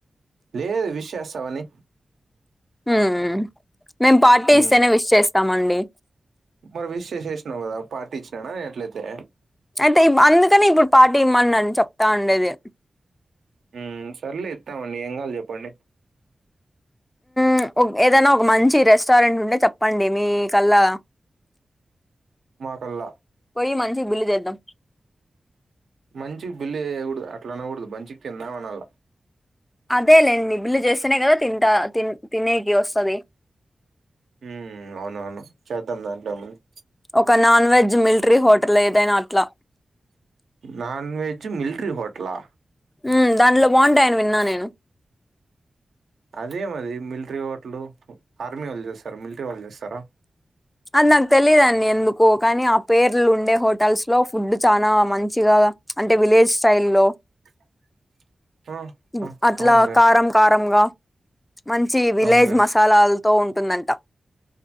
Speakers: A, on the right; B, on the left.
A: లేదు విష్ చేస్తావని
B: మ్మ్ మేము పార్టీ
A: ఉమ్
B: ఇస్తేనే విష్ చేస్తామండి
A: మరి విష్ చేసేసినవు గదా పార్టీ ఇచ్చినానా నేనట్లయితే
B: అయితే అందుకనే ఇప్పుడు పార్టీ ఇవ్వమనిచెప్తా ఉండేది
A: మ్ సర్లే ఇస్తామండి ఏం కావాలి చెప్పండి
B: మ్ ఒ ఏదైనా ఒక మంచి రెస్టారెంట్ ఉంటే చెప్పండి మీ కల్లా
A: మా కల్లా
B: పోయి మంచిగ బిల్లు చేద్దాం
A: మంచిగ బిల్లు చేయకూడదు అట్లా అనకూడదు మంచిగా తిందాం అనల్లా
B: అదేలేండి బిల్లు చేస్తేనే కదా తింటా తినేకి వస్తది
A: మ్ అవునవును చేద్దాం దాంట్లేముంది
B: ఒక నాన్ వెజ్ మిలిటరీ హోటల్ ఏదైనా అట్లా
A: నాన్ వెజ్ మిల్ట్రీ హోటలా
B: మ్ దాంట్లో బాగుంటాయని విన్నా నేను
A: అదే మది మిలిటరీ హోటల్ ఆర్మీ వాళ్ళు చేస్తారు మిలిటరీ వాళ్ళు చేస్తారా
B: అది నాకు తెలిదండి ఎందుకో కానీ ఆ పేర్లు ఉండే హోటల్స్ లో ఫుడ్ చాలా మంచిగా అంటే విలేజ్ స్టైల్ లో
A: <inaudible> ఆ
B: ఇద్
A: ఆ
B: అట్లా
A: అవునులే
B: కారం కారంగా మంచి విలేజ్
A: అవునులే
B: మసాలాలతో ఉంటుందంట